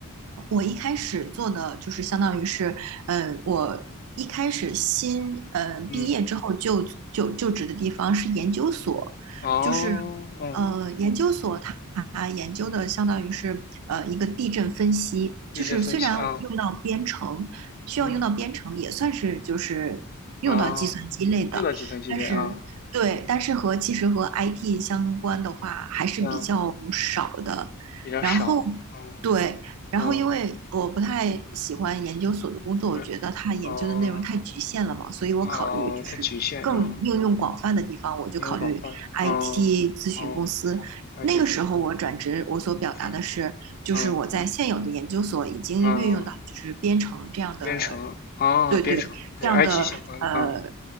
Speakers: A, on the right; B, on the left.
A: 我一开始做的就是相当于是，嗯、呃我一开始新呃毕业之后就就就职的地方是研究所，
B: 嗯，哦，
A: 就是
B: 嗯，
A: 呃研究所它它研究的相当于是呃一个地震分析，
B: 地质分析啊，
A: 就是虽然用到编程，需要用到编程，
B: 嗯，
A: 也算是就是用到计算机类的，
B: 啊，用到计算机类啊，
A: 但是对，但是和其实和 IT 相关的话还是比较少的。
B: 嗯，比较少，
A: 然后，
B: 嗯，
A: 对，然后，
B: 嗯，
A: 因为我不太喜欢研究所的工作，
B: 对，
A: 我觉得它研究的内容太局限了嘛，
B: 哦，
A: 所以我考虑就是更应用广泛的地方，
B: 哦，它局限，嗯，
A: 我就考虑
B: 应用广泛，嗯。
A: IT 咨询公司。
B: 哦，IT
A: 那个时候我转职，
B: 咨询广泛，
A: 我所表达的是，
B: 是，
A: 就是我在现有的研究所已经运用到就是编程这样的，
B: 嗯。啊，编程啊，
A: 对对，
B: 编程，对，IT
A: 这样的呃
B: 相关的啊，